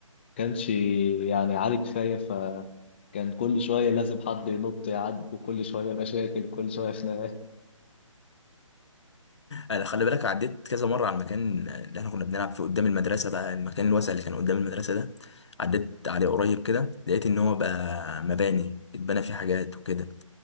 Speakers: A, on the left; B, on the left.
A: كانش يعني عالي كفايه فكان كل شويه لازم حد ينط يعدي وكل شويه مشاكل كل شويه خناقات
B: انا خلي بالك عديت كذا مره على المكان اللي احنا كنا بنلعب فيه قدام المدرسه بقى المكان الواسع اللي كان قدام المدرسه ده عديت عليه قريب كده لقيت ان هو بقى مباني اتبنى فيه حاجات وكده